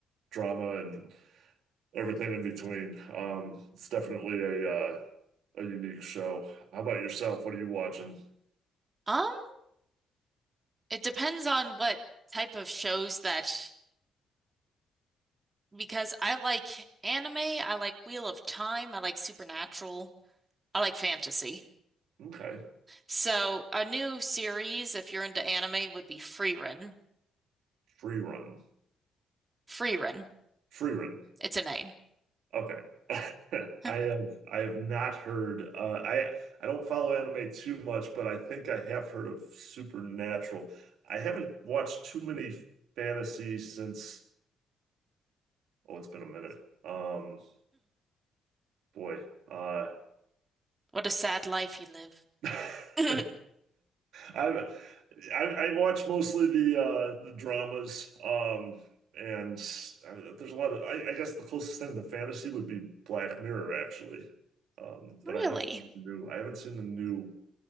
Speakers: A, on the right; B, on the right.
A: drama and everything in between. Um, it's definitely a uh, a unique show. How about yourself? What are you watching?
B: Um, it depends on what type of shows that, because I like anime, I like Wheel of Time, I like Supernatural, I like fantasy.
A: Okay,
B: So a new series, if you're into anime, would be Frieren.
A: Free Run,
B: Frieren.
A: Free Run.
B: It's a name.
A: Okay. <laughs>
B: <laughs>
A: I have I have not heard uh, I I don't follow anime too much, but I think I have heard of Supernatural. I haven't watched too many fantasies since oh, it's been a minute. Um, boy, uh,
B: What a sad life you live.
A: <laughs> i
B: <laughs>
A: I, I watch mostly the uh the dramas um and uh, there's a lot of I, I guess the closest thing to fantasy would be Black Mirror actually um
B: Really?
A: but I haven't seen the new I haven't seen the new